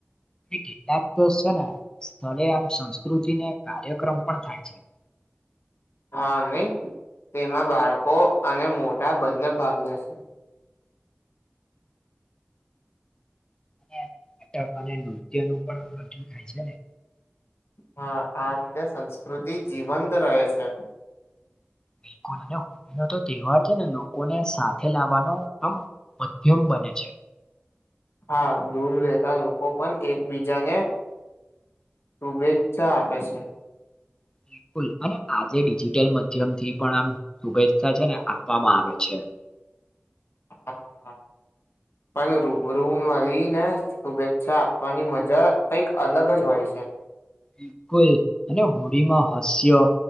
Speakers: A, on the left; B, on the left.
A: કેટલાક તો છેને સ્થલે આમ સંસ્કૃતિને કાર્યક્રમ પણ થાય છે. <inaudible>
B: હા નહી તેમાં બાળકો અને મોટા બંને ભાગ લેશે
A: અને ટ અને નૃત્ય નું પણજ ખાય છે, ને
B: હા આ રીતે સંસ્કૃતિ જીવંત રહે છે.
A: બિલકુલ અને હોળનો તો તહેવાર છે, ને લોકોને સાથે લાવવાનો આમ મધ્યમ બ બને છે.
B: હા દૂર રહેતા લોકો પણ એકબીજાને શુભેચ્છા આપે છે.
A: બિલકુલ અને આજે ડિજિટલ માધ્યમથી પણ આમ શુભેચ્છા છે, આપવામાં આવે છે. <inaudible>
B: હા. પણ રૂબરૂ મળીને શુભેચ્છા આપવાની મજા કઈક અલગ જ હોય છે.
A: બીલકુલ અને હોડીમાં હસ્ય